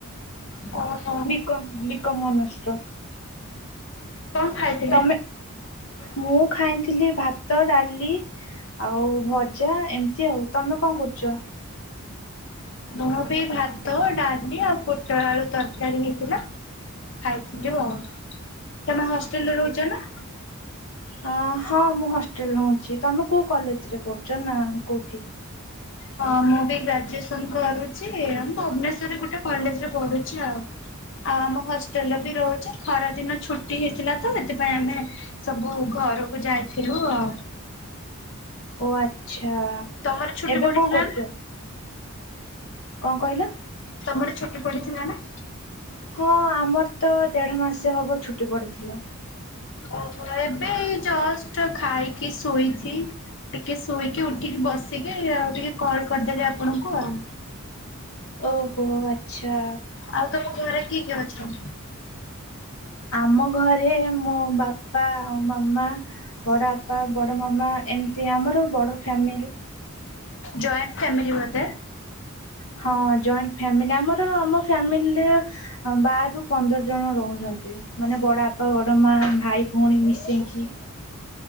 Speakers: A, on the left; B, on the left.
A: ଓ
B: ବିକମ୍ ବିକମ୍ ଅନର୍ଶ ର।
A: କଣ ଖାଇଥିଲେ?
B: ତମେ ମୁଁ ଖାଇଥିଲି ଭାତ, ଡାଲି ଆଉ ଭଜା ଏମିତି ଆଉ ତମେ କଣ କରୁଚ?
A: ମୁଁ ବି ଭାତ ଡାଲି ଆଉ ପୋଟଳ ଆଳୁ ତରକାରୀ ହେଇଥିଲା। ଖାଇଥିଲୁ ଆଉ ତମେ ହଷ୍ଟେଲରେ ରହୁଚ ନା?
B: ଅଁ ହଁ ମୁଁ ହଷ୍ଟେଲ ରହୁଚି ତୁମେ କୋଉ କଲେଜରେ ପଢ଼ୁଚ ନା କୋଉଠି?
A: ହଁ ମୁଁ ବି ଗ୍ରାଜୁଏସନ କରୁଚି ଭୁବନେଶ୍ୱରରେ ଗୋଟେ କଲେଜରେ ପଢୁଚି ଆଉ। ଆଉ ଆମ ହଷ୍ଟେଲ ବି ରହୁଚି ଖରାଦିନ ଛୁଟି ହେଇଥିଲା ତ ସେଥିପାଇଁ ଆମେ ସବୁ ଘରୁକୁ ଯାଇଥିଲୁ ଆଉ।
B: ଓ ଆଚ୍ଛା
A: ତମର ଛୁଟି
B: ଏବେ
A: ପଡିଥିଲା
B: କଣ କରୁଚ?
A: ନା?
B: କଣ କହିଲ?
A: ତମର ଛୁଟି ପଡିଥିଲା ନା?
B: ହଁ ଆମର ତ ଦେଢ ମାସ ହବ ଛୁଟି ପଡିଥିଲା।
A: ଓହୋ ଏବେ ଏଇ ଜଷ୍ଟ ଖାଇକି ଶୋଇଚି। ଟିକେ ଶୋଇକି ଉଠିକି ବସିକି ଆଉ ଟିକେ କଲ୍ କରିଦେଲି ଆପଣଙ୍କୁ ଆଉ।
B: ଓହୋ ଆଚ୍ଛା।
A: ଆଉ ତମ ଘରେ କିଏ କିଏ ଅଛ?
B: ଆମ ଘରେ ମୋ ବାପା ଆଉ ମାମା। ବଡ଼ ଆପା ବଡ ମାମା ଏମିତି ଆମର ବଡ ଫ୍ୟାମିଲି।
A: ଜଏଣ୍ଟ ଫ୍ୟାମିିଲ ବୋଧେ।
B: ହଁ ଜଏଣ୍ଟ ଫ୍ୟାମିଲି ଆମର ଆମ ଫ୍ୟାମିଲିରେ ବାରରୁ ପନ୍ଦର ଜଣ ରହୁଛନ୍ତି ମାନେ ବଡ ଆପା ବଡ ମା ଭାଇ ଭଉଣୀ ମିଶେଇକି।